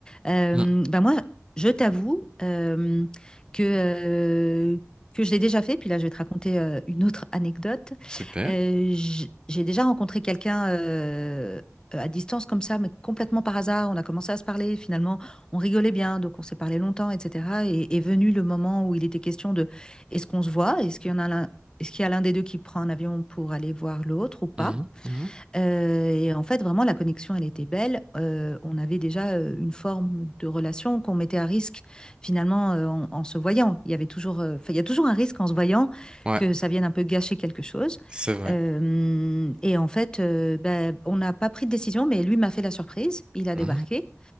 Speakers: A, on the left; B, on the right.
A: Euh,
B: Mm.
A: bah moi, je t'avoue euh, que, euh, que je l'ai déjà fait. Puis là, je vais te raconter euh, une autre anecdote.
B: Super.
A: Euh, j- j'ai déjà rencontré quelqu'un euh, à distance comme ça, mais complètement par hasard. On a commencé à se parler. Finalement, on rigolait bien, donc on s'est parlé longtemps, etc. Et est venu le moment où il était question de est-ce qu'on se voit? Est-ce qu'il y en a l'un, est-ce qu'il y a l'un des deux qui prend un avion pour aller voir l'autre ou pas?
B: Mhm, mhm.
A: Euh, et en fait, vraiment, la connexion, elle était belle. Euh, on avait déjà euh, une forme de relation qu'on mettait à risque, finalement, euh, en, en se voyant. Il y avait toujours, euh, enfin, il y a toujours un risque en se voyant
B: Ouais,
A: que ça vienne un peu gâcher quelque chose.
B: c'est vrai.
A: Euh, et en fait, euh, ben, on n'a pas pris de décision, mais lui m'a fait la surprise. Il a
B: Mm.
A: débarqué.